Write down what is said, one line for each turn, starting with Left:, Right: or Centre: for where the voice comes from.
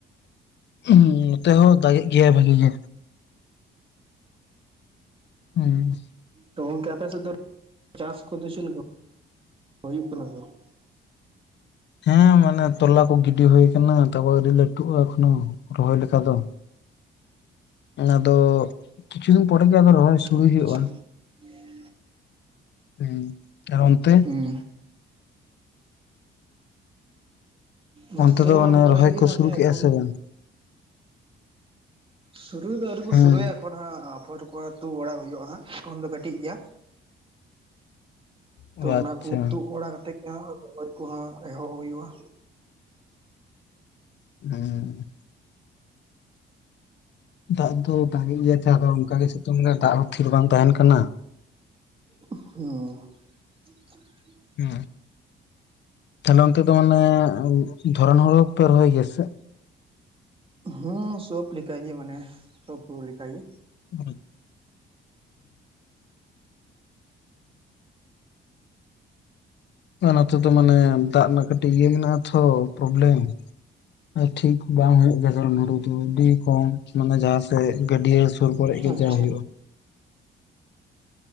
Left: ᱱᱚᱛᱮ ᱦᱚᱸ ᱫᱟᱜᱮᱜ ᱜᱮᱭᱟᱭ ᱵᱷᱟᱜᱤ ᱜᱮ, ᱦᱩᱸ
Right: ᱛᱚ ᱜᱚᱝᱠᱮ ᱟᱯᱮ ᱥᱮᱫ ᱫᱚ ᱪᱟᱥ ᱠᱚᱫᱚ ᱪᱮᱫᱠᱟ ᱦᱩᱭᱩᱜ ᱠᱟᱱᱟ ᱥᱮ ᱵᱟᱝ?
Left: ᱦᱮᱸ ᱢᱟᱱᱮ ᱛᱚᱞᱟ ᱠᱚ ᱜᱤᱰᱤ ᱦᱩᱭ ᱠᱟᱱᱟ ᱛᱟᱯᱚᱨ ᱟᱹᱨᱤ ᱞᱟᱹᱴᱩᱜ-ᱟ ᱮᱠᱷᱚᱱᱳ, ᱨᱚᱦᱚᱭ ᱞᱮᱠᱟ ᱫᱚ ᱚᱱᱟ ᱫᱚ ᱠᱤᱪᱷᱩ ᱫᱤᱱ ᱯᱚᱨᱮᱜ ᱜᱮ ᱟᱫᱚ ᱨᱚᱦᱚᱭ ᱥᱩᱨᱩᱭ
Right: ᱵᱟᱝ
Left: ᱦᱩᱭᱩᱜ-ᱟ᱾
Right: ᱟᱪᱪᱷᱟ <unintelligible>
Left: ᱦᱮᱸ ᱟᱨ ᱚᱱᱛᱮ
Right: ᱦᱩᱸ ᱱᱚᱛᱮ
Left: ᱚᱱᱛᱮ ᱫᱚ
Right: ᱦᱚᱸ
Left: ᱢᱟᱱᱮ
Right: ᱚᱱᱠᱟᱜ
Left: ᱨᱚᱦᱚᱭ
Right: ᱜᱮ
Left: ᱠᱚ
Right: ᱢᱟᱱᱮ
Left: ᱥᱩᱨᱩ ᱠᱮᱜᱼᱟ
Right: ᱮᱠᱷᱚᱱ
Left: ᱥᱮ ᱵᱟᱝ?
Right: ᱥᱩᱨᱩᱭ ᱫᱚ ᱟᱹᱣᱨᱤ ᱠᱚ
Left: ᱦᱮᱸ
Right: ᱥᱩᱨᱩᱨᱩᱭᱟ ᱮᱠᱷᱚᱱ ᱦᱟᱸᱜ <unintelligible> ᱠᱚ ᱟᱛᱩ ᱵᱟᱲᱟ ᱦᱩᱭᱩᱜ-ᱟ ᱦᱟᱸᱜ ᱮᱠᱷᱚᱱ ᱫᱚ ᱠᱟᱹᱴᱤᱡ ᱜᱮᱭᱟ,
Left: ᱚ
Right: ᱛᱚ ᱚᱱᱟ
Left: ᱟᱪᱪᱷᱟ
Right: ᱠᱚ ᱛᱩᱫ ᱵᱟᱲᱟ ᱠᱟᱛᱮ ᱜᱮ ᱨᱚᱦᱚᱭ ᱠᱚ ᱦᱟᱸᱜ ᱮᱦᱚᱵ ᱦᱩᱭᱩᱜ-ᱟ᱾
Left: <inaudible> ᱫᱟᱜ ᱫᱚ ᱫᱟᱜᱤ ᱜᱮᱭᱟ ᱛᱟᱦᱮᱸ ᱟᱫᱚ ᱚᱱᱠᱟᱜ ᱜᱮ ᱥᱤᱛᱩᱝ ᱫᱟᱭ, ᱫᱟᱜ ᱦᱚᱸ ᱛᱷᱤᱨ ᱵᱟᱝ ᱛᱟᱦᱮᱱ ᱠᱟᱱᱟ᱾
Right: <inaudible> <unintelligible>
Left: ᱦᱮ ᱛᱟᱦᱚᱞᱮ ᱚᱱᱛᱮ ᱫᱚ ᱢᱟᱱᱮ ᱫᱷᱚᱨᱚᱱ ᱦᱳᱲᱳ ᱠᱚᱯᱮ ᱨᱚᱦᱚᱭ ᱜᱮᱭᱟ ᱥᱮ?
Right: ᱦᱩᱸ ᱥᱳᱯ ᱞᱮᱠᱟ ᱜᱮ ᱢᱟᱱᱮ ᱛᱳᱯᱳ ᱞᱮᱠᱟ ᱜᱮ,
Left: <inaudible> ᱚᱱᱟ ᱛᱮᱫᱚ ᱢᱟᱱᱮ ᱫᱟᱜ ᱨᱮᱱᱟᱜ ᱠᱟᱹᱴᱤᱡ ᱤᱭᱟᱹ ᱢᱮᱱᱟᱜ-ᱟ ᱛᱚ, ᱯᱨᱚᱵᱞᱮᱢ ᱟᱨ ᱴᱷᱤᱠ ᱵᱟᱝ ᱦᱩᱭᱩᱜ ᱜᱮᱭᱟ <unintelligible> ᱟᱹᱰᱤ ᱠᱚᱢ ᱢᱟᱱᱮ ᱡᱟᱦᱟᱸ ᱥᱮᱫ ᱜᱟᱹᱰᱤᱭᱟᱹ ᱥᱮ ᱥᱩᱨ ᱠᱚᱨᱮ ᱜᱮ
Right: ᱟᱪᱪᱷᱟ
Left: ᱡᱟ ᱦᱩᱭᱩᱜ-ᱟ᱾